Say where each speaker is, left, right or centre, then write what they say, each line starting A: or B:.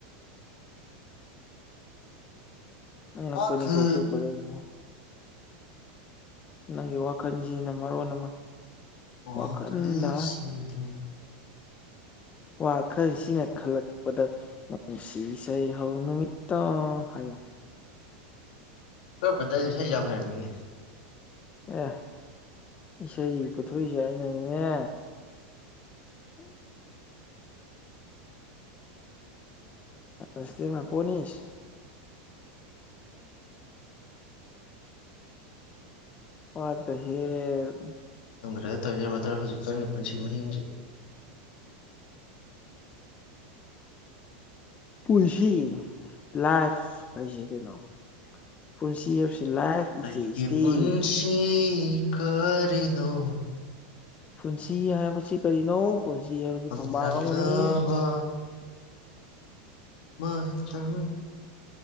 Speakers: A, on the left; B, on the left.
A: ꯑꯉꯛꯄꯅꯤ
B: ꯋꯥꯈꯜ
A: ꯀꯣ ꯀꯣꯏ ꯕꯗꯔ ꯅꯪꯒꯤ ꯋꯥꯈꯜꯁꯤꯅ ꯃꯔꯣꯟ ꯑꯃ
B: ꯋꯥꯈ
A: ꯋꯥꯈꯟꯗ
B: ꯁꯤꯗ
A: ꯋꯥꯈꯜꯁꯤꯅ ꯈꯜꯂꯛꯄꯗ ꯅꯨꯡꯁꯤ ꯏꯁꯩ ꯍꯧ ꯅꯨꯃꯤꯠꯇ ꯍꯥꯏꯌꯣ
B: ꯑꯈꯣꯏ ꯕꯗꯦꯔꯁꯤ ꯏꯁꯩ ꯌꯥꯝ ꯍꯩꯔꯝꯃꯤꯅꯦ
A: ꯑꯦ ꯏꯁꯩ ꯄꯨꯊꯣꯛꯏꯁꯦ ꯑꯩꯅꯅꯤꯅꯦ ꯎ ꯑꯁ ꯃꯥ ꯄꯣꯏꯟ ꯋꯥꯗ ꯋ꯭ꯗ ꯗ ꯍꯦꯂ
B: ꯐꯪꯗ꯭ꯔꯦꯒ ꯇꯧꯖꯕꯗ ꯍꯧꯖꯤꯛꯀꯥꯟꯒꯤ ꯄꯨꯟꯁꯤ ꯃꯍꯤꯡꯁꯦ
A: ꯄꯨꯟꯁꯤ ꯂꯥꯏꯐ ꯍꯥꯏꯁꯦ ꯀꯩꯅꯣ ꯄꯨꯟꯁꯤ ꯍꯥꯏꯕꯁꯤ ꯂꯥꯏꯐ
B: ꯑꯩꯒꯤ
A: ꯏꯁ ꯑꯦ ꯁ꯭ꯇꯦꯖ
B: ꯄꯨꯟꯁꯤ ꯀꯔꯤꯅꯣ
A: ꯄꯨꯟꯁꯤ ꯍꯥꯏꯕꯁꯤ ꯀꯔꯤꯅꯣ ꯄꯨꯟꯁꯤ ꯍꯥꯏꯕꯁꯤ
B: <unintelligible>
A: ꯐꯝꯕꯥꯛ ꯑꯃꯅꯤ
B: ꯂꯕ ꯃꯇꯝꯗ